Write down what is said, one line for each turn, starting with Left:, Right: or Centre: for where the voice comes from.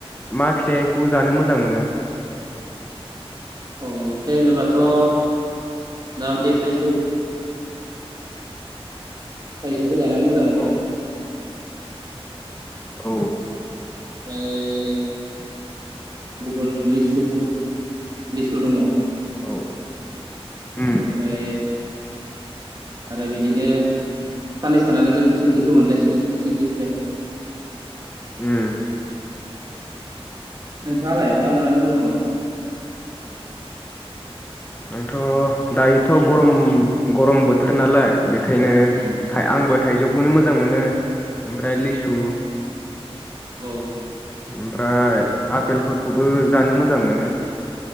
Left: मा फिथाइखौ जानो मोजां मोनो? <inaudible>
Right: अ फिथाइ होनोब्लाथ' थाम बे थाइजौ थाइजौखौ जानानै मोजां मोनो।
Left: अ औ
Right: ओमफ्राय गुबुन लिसु लिसु दङ।
Left: औ उम
Right: ओमफ्राय आरो बिदिनो साननैसो थानानै जों थिंख्लिखौ मोनलायसिगोन थिंख्लि फिथाइ।
Left: उम
Right: नोंथाङालाय मा जानानै मोजां मोनो?
Left: आंथ' दायोथ' गरम गरम बोथोर नालाय बे खायनो
Right: उम
Left: आंबो थाइजौ खौनो मोजां मोनो ओमफ्राय लिस सु
Right: औ
Left: ओमफ्राय आपेलफोरखौबो जानो मोजां मोनो।